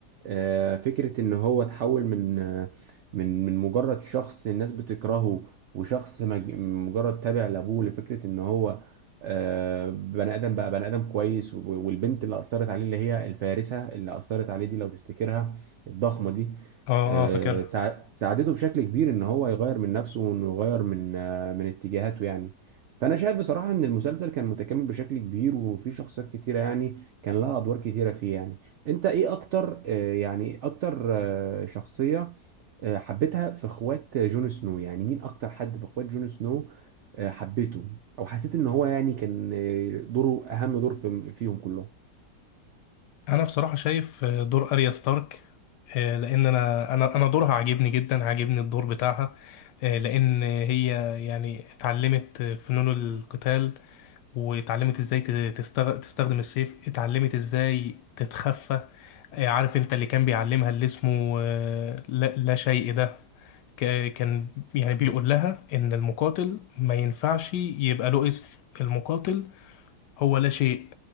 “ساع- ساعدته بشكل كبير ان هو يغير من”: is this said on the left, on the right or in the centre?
Right